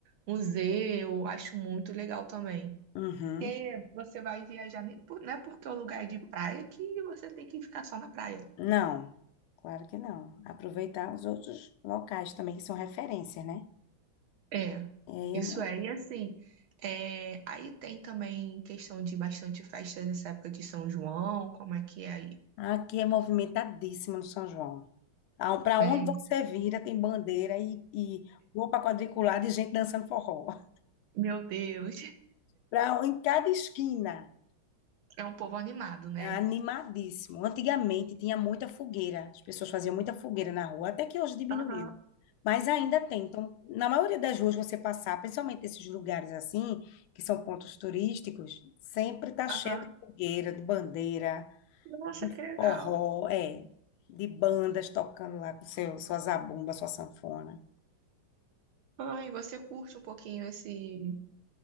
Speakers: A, on the right; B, on the left.
A: museu, acho muito legal também.
B: Uhum.
A: Porque você vai viajar, nem por- não é porque é um lugar é de praia que você tem que ficar só na praia.
B: Não, claro que não. Aproveitar os outros locais também que são referências, né?
A: É,
B: É,
A: isso
B: é mo-
A: é. E assim, é, aí tem também questão de bastante festas nessa época de São João, como é que é aí?
B: aqui é movimentadíssimo no São João. Para
A: É,
B: onde você vira, tem bandeira e, e roupa quadriculada e gente dançando forró. <laughs>
A: meu Deus, <laughs>
B: Pra, em cada esquina,
A: é um povo animado, né?
B: é animadíssimo. Antigamente tinha muita fogueira, as pessoas faziam muita fogueira na rua, até que hoje diminuiu.
A: Aham,
B: Mas ainda tem. Então, na maioria das ruas você passar, principalmente esses lugares assim, que são pontos turísticos, sempre tá cheio
A: aham.
B: de fogueira, de bandeira,
A: Nossa,
B: de
A: que legal.
B: forró, é, de bandas tocando lá com seu, sua zabumba, sua sanfona.
A: Ai, você curte um pouquinho esse,